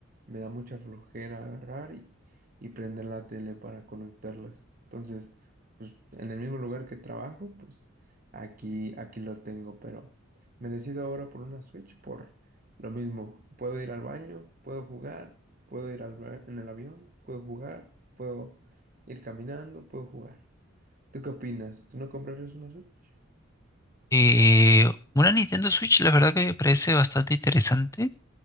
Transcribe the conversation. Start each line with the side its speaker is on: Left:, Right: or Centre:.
Right: me da mucha flojera agarrar y, y prender la tele para conectarlas. Entonces, pues en el mismo lugar que trabajo, pues aquí, aquí lo tengo, pero me decido ahora por una Switch por lo mismo. Puedo ir al baño, puedo jugar, puedo ir al, ba- en el avión, puedo jugar, puedo ir caminando, puedo jugar. ¿Tú qué opinas? ¿Tú no comprarías una Switch?
Left: Eh, una Nintendo Switch, la verdad que me parece bastante interesante,